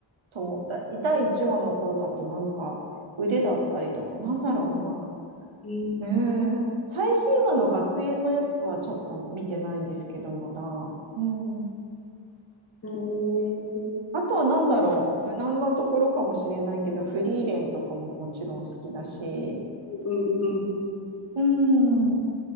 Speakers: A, on the right; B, on the left.
A: そう、だ、第1話の頃だとなんか腕だったりとか、なんだろ
B: うん。
A: うな。ええ最新話の学園のやつはちょっと見てないんですけど、まだ。うん。
B: うん。
A: あとはなんだろう。無難なところかもしれないけど、フリーレンとかももちろん好きだし。
B: うん。うん。うん
A: うん。うん